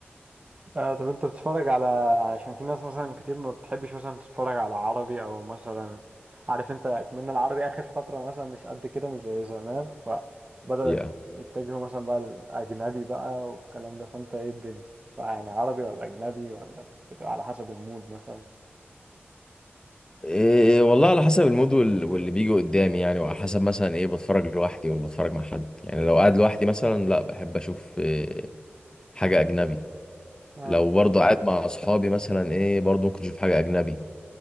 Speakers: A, on the right; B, on the left.
A: آه طب انت بتتفرج على عشان في ناس مثلا كتير ما بتحبش مثلا تتفرج على عربي او مثلا عارف انت كمان العربي اخر فترة مثلا مش قد كده مش زي زمان فبدأوا
B: الحقيقة
A: يت- يتجهوا مثلا بقى للاجنبي بقى والكلام ده فانت ايه الدنيا فيعني عربي ولا اجنبي ولا بتبقى على حسب المود مثلا
B: إيه والله على حسب المود وال- واللي بيجي قدامي يعني وعلى حسب مثلا ايه بتفرج لوحدي ولا بتفرج مع حد يعني لو قاعد لوحدي مثلا لا بحب اشوف إيه حاجة اجنبي
A: اه
B: لو برضه قاعد مع اصحابي مثلا ايه برضه ممكن اشوف حاجة اجنبي